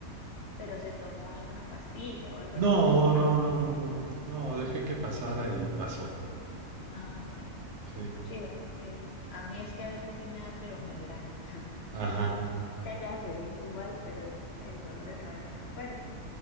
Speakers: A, on the left; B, on the right.
A: Pero se tomó alguna pastilla o algo así,
B: No,
A: uno.
B: no, no, no, no, no, no, dejé que pasara y pasó.
A: Ah, bueno, bueno.
B: Sí,
A: Sí, es que a mí es que a veces sí me da, pero migraña. <laughs>
B: ajá.
A: No sé si allá se le dice igual, pero es el dolor de cabeza muy fuerte